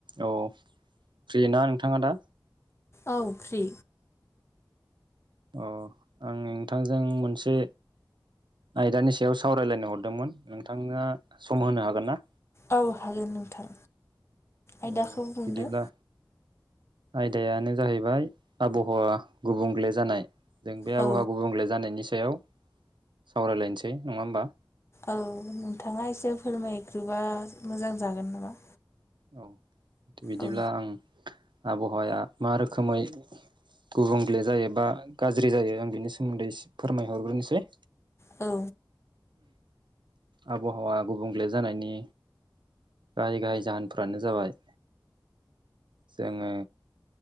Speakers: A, on the right; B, on the left.
A: औ फ्रि ना नोंथाङा दा
B: औ फ्रि।
A: अ आं नोंथांजों मोनसे आयदानि सायाव सावरायलायनो हरदोंमोन नोंथाङा सम होनो हागोन ना।
B: औ हागोन नोंथां
A: अ
B: आयदाखौ बुंदो।
A: बिदिब्ला आयदायानो जाहैबाय आबहावा गुबुंग्ले जानाय। जों बे
B: औ
A: आबहावा गुबुंले जानायनि सायाव सावरायलायनोसै नङा होमबा।
B: औ नोंथाङा एसे फोरमायग्रोबा मोजां जागोन नामा।
A: औ बिदिब्ला
B: औ
A: आं आबहावाया मा रोखोमै गुबुंग्ले जायोबा गाज्रि जायो आं बिनि सोमोन्दै इसे फोरमायहरग्रोनोसै।
B: औ।
A: आबहावा गुबुंले जानायनि गाहाय गाहाय जाहोनफ्रानो जाबाय जोङो